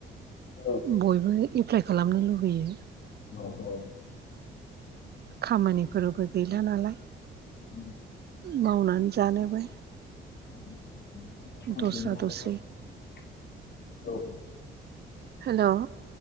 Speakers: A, on the left; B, on the right.
A: औ
B: बयबो एप्लाइ खालामनो लुबैयो।
A: औ औ।
B: खामानिफोरबो गैला नालाय।
A: उ <unintelligible>
B: मावनानै जानोबो।
A: औ
B: दस्रा दस्रि
A: <unintelligible>
B: हेल'।